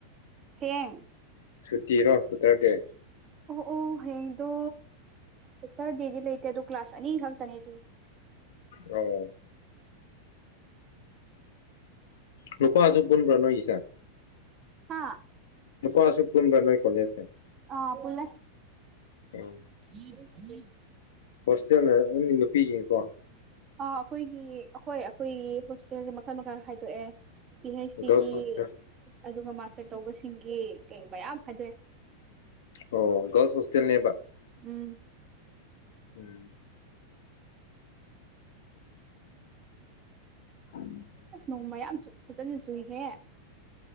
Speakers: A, on the right; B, on the left.
A: ꯍꯥꯌꯦꯡ
B: ꯁꯨꯇꯤꯔꯣ ꯁꯇꯔꯗꯦ
A: ꯑꯣ ꯑꯣ ꯍꯌꯦꯡꯗꯣ ꯆꯦꯞꯇꯔ ꯗꯦꯗꯤ ꯂꯩꯇꯦ ꯑꯗꯨ ꯀ꯭ꯂꯥꯁ ꯑꯅꯤ ꯈꯛꯇꯅꯦ ꯑꯗꯨ
B: ꯑꯣ ꯅꯨꯄꯥꯁꯨ ꯄꯨꯟꯕꯔꯥ ꯅꯣꯏꯒꯤꯁꯦ
A: ꯍꯥ
B: ꯅꯨꯄꯥꯁꯨ ꯄꯨꯟꯕꯔ ꯅꯣꯏ ꯀꯣꯂꯦꯖꯁꯦ
A: ꯑꯥ ꯄꯨꯜꯂꯦ
B: ꯎꯝ
A: ꯍ ꯍ <inaudible>
B: ꯍꯣꯁꯇꯦꯜꯅ ꯑꯗꯨꯝ ꯅꯨꯄꯤꯒꯤꯅꯤꯀꯣ
A: ꯑ ꯑꯩꯈꯣꯏꯒꯤ ꯑꯣꯈꯣꯏ ꯑꯩꯈꯣꯏꯒꯤ ꯍꯣꯁꯇꯦꯜꯁꯦ ꯃꯥꯈꯜ ꯃꯥꯈꯜ ꯈꯥꯏꯗꯣꯛꯌꯦ ꯄꯤ ꯍꯩꯆ
B: ꯒꯔꯜꯁ
A: ꯗꯤꯒꯤ
B: ꯍꯣꯁꯇꯦꯜ
A: ꯑꯗꯨꯒ ꯃꯥꯁꯇꯔ ꯇꯧꯕꯁꯤꯡꯒꯤ ꯀꯩ ꯃꯌꯥꯝ ꯐꯥꯏꯗꯣꯛꯌꯦ
B: ꯑꯣ ꯒꯔꯜꯁ ꯍꯣꯁꯇꯦꯜꯅꯦꯕ
A: ꯎꯝ
B: ꯎꯝ ꯑ <inaudible>
A: ꯑꯁ ꯅꯣꯡ ꯃꯌꯥꯝ ꯐꯖꯅ ꯆꯨꯏꯍꯦ